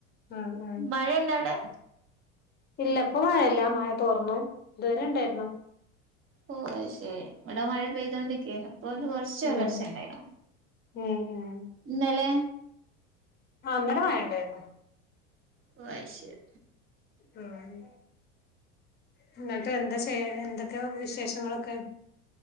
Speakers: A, on the left; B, on the right.
A: ഉം ഉം
B: മഴെ ണ്ടാടെ
A: ഇല്ല ഇപ്പൊ മഴല്ല മഴ തോർന്നു ഇതുവരെ ഇണ്ടാരുന്നു
B: ഓഹ് അയ്ശരി ഇവടെ മഴ പെയ്തോണ്ടിരിക്കേനു ഇപ്പൊ ഒന്ന് കൊറ്ച്ച്
A: ഉം
B: ഒലറ്ച്ചണ്ടേനു
A: ഉം ഉം
B: ഇന്നലെ
A: ആഹ് ഇന്നലെ മഴണ്ടേരുന്നു
B: ഓഹ് അയ് ശരി
A: ആഹ് നീ ഇന്ന്ട്ട് എന്താ ചെയ് എന്തൊക്കെയൊ വിശേഷങ്ങളൊക്കെ